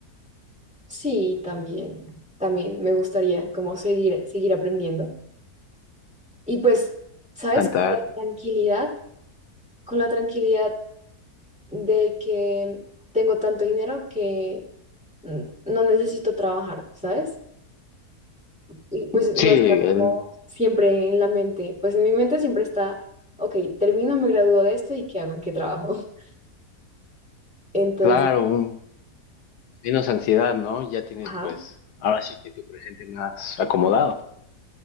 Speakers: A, in the centre; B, on the left.
A: sí, también, también me gustaría como seguir, seguir aprendiendo. Y pues, ¿sabes?
B: Fantástico.
A: Con la tranquilidad, con la tranquilidad de que tengo tanto dinero que mm, no necesito trabajar, ¿sabes? Y pues no
B: Sí,
A: está
B: el-
A: como siempre en la mente, pues en mi mente siempre está, ok, termino, me gradúo de esto y ¿qué hago? ¿En qué trabajo? <laughs> Entonces,
B: claro, un, menos ansiedad, ¿no? Ya tienes,
A: ajá,
B: pues, ahora sí que tu presente más acomodado.